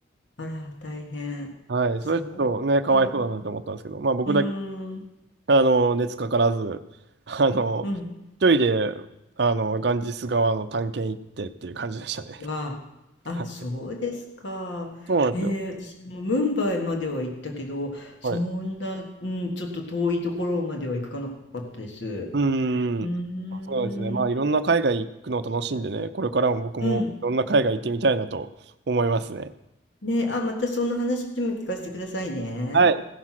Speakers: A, on the left; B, on the right.
A: あら、大変。
B: はい。
A: そうか。
B: それちょっとね、かわいそうだなと思ったんですけど、まあ僕だけ
A: うーん、
B: あの、熱かからず、あの、
A: うん。
B: 一人で、あの、ガンジス川の探検行ってっていう感じでしたね。
A: は、あ、
B: はい。
A: そうですか。
B: そうなんですよ。
A: へえ、私もムンバイまでは行ったけど、そんな、
B: はい。
A: うん、ちょっと遠いところまでは行かなかったです。
B: うーん。
A: うーん。
B: そうですね。まあ、いろんな海外行くのを楽しんでね、これからも僕もいろんな海外行ってみたいなと思いますね。
A: うん。ね、あ、またその話も聞かせてくださいね。
B: はい。